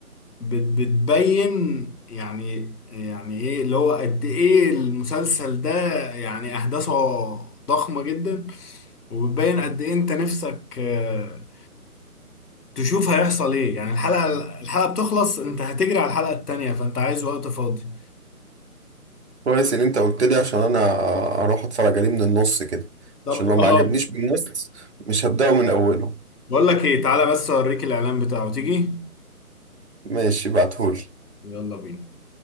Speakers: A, on the left; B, on the right.
A: بت- بتبين يعني يعني ايه اللي هو قد ايه المسلسل ده يعني احداثه ضخمه جدا وبتبين قد ايه انت نفسك آه، تشوف هيحصل ايه يعني الحلقه الحلقه بتخلص انت هتجري على الحلقه التانية فانت عايز وقت فاضي
B: كويس ان انت قلت لي عشان انا اروح اتفرج عليه من النص كده
A: طب
B: عشان لو
A: اه
B: ما عجبنيش من النص مش هبدأه من اوله
A: بقول لك ايه تعالى بس اوريك الاعلان بتاعه تيجي
B: ماشي بعتهولي
A: يلا بينا